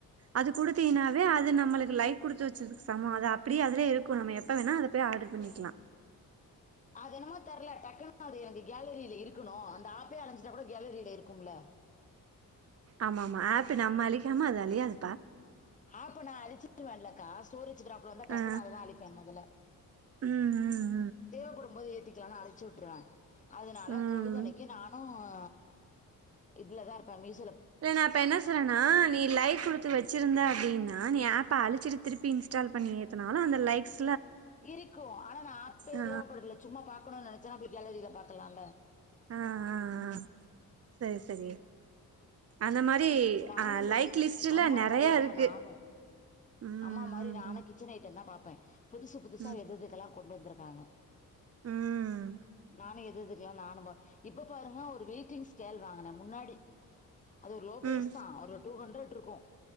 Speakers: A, on the right (about 45°); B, on the left (about 20°).
A: அது குடுத்தீங்கனாவே அது நம்மளுக்கு லைக் கொடுத்து வச்சதுக்கு சமம் அத அப்ப அப்படி அததுலே இருக்கு நம்ம எப்ப வேண அதை போய் ஆர்டர் பண்ணிக்கலா
B: <inaudible> அது என்னமோ தெரியல டக்குன்னு அது எனக்கு கேலரியில இருக்கணு அந்த ஆப்பே அழைஞ்சிட்டா கூட கேலரியில இருக்கும்ல
A: ஆமா ஆமா ஆப்ப நம்ம அழிக்காம அது அழியாது
B: அப்ப நான் அழிச்சிட்டுவேன்லக்கா ஸ்டோரேஜ் ப்ராப்ளம் அப்புற வந்தா டக்கு
A: ஆ
B: நா அதைதா அழிப்பே முதல
A: ம் ம்
B: தேவப்படும்போது ஏத்திக்கலானு அழிச்சுட்ருவே அதுனால
A: ம்
B: பொழுதன்னைக்கு நானு ஆ இதுலதா இருப்பே மில்ஸ்
A: இல்ல நா இப்ப என்ன சொன்னனா நீ லைக் குடுத்து வெச்சிருந்த அப்டின் னா நீ ஏப்ப அழிச்சிட்டு திருப்பி இன்ஸ்டால் பண்ணி ஏத்துனாலு அந்த லைக்ஸ்
B: இருக்கு ஆனா நா ஆப்பே
A: ஆ
B: தேவப்படல சும்மா பாக்கணுன் நெனச்சேன்னா போய் கேலரில பாக்கலால்ல
A: ஆ ஆ ஆ செரி செரி அந்த மாரி
B: நானும்
A: அ
B: இந்த
A: லைக்
B: கி-
A: லிஸ்ட்டுல
B: அம்மா
A: நெறையா
B: மாதிரி
A: இருக்கு
B: தான் நானும்
A: ம்
B: அம்மா மாரி
A: ம்
B: நானு கிச்சன் ஐட்டந்தா பாப் பே புதுசு புதுசா
A: ம்
B: எதெதுக்கெல்லா கொண்டு வந்திருக்காங்க
A: ம்
B: நானு எதெதுக் கெல்லா நானு போ இப்ப பாருங்க ஒரு வெயிட்டிங் ஸ்கேல் வாங்கனே முன்னாடி அது ஒரு லோ ப்ரைஸ்
A: ம் ம்
B: தா ஒரு டூ ஹண்ட்ரட்ட்ருக்கு